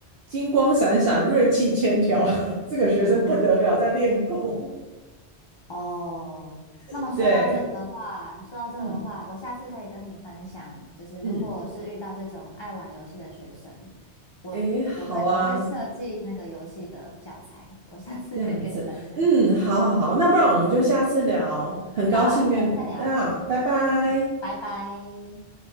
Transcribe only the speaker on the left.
嗯。
哦，
那么说到这个的话，
说到这个的话，
我下次可以跟你分享，就是如果我是遇到这种爱玩游戏的学生，
我我会我会设计那个游戏的教材，
我下次可以跟你分享。
好啊，下次再聊。
嗯，拜拜。